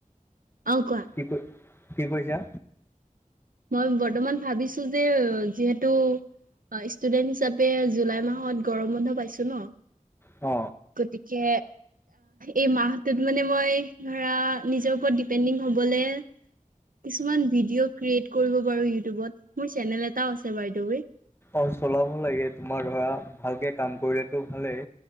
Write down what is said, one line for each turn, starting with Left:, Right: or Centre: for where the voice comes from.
Right: অ কোৱা?
Left: কি ক কি কৈছা?
Right: মই বৰ্তমান ভাবিছো যে যিহেতু, অ ষ্টুডেণ্ট হিচাপে জুলাই মাহত গৰম বন্ধ পাইছো ন?
Left: অ
Right: গতিকে এই মাহটোত মানে মই ধৰা নিজৰ ওপৰত ডিপেণ্ডিং হ'বলে কিছুমান ভিডিঅ' ক্ৰিয়েট কৰিব পাৰো ইউটিউবত। মোৰ চেনেল এটাও আছে বাইদেউৱ।
Left: অ চলাব লাগে তোমাৰ ধৰা ভালকে কাম কৰিলেতো ভালেই।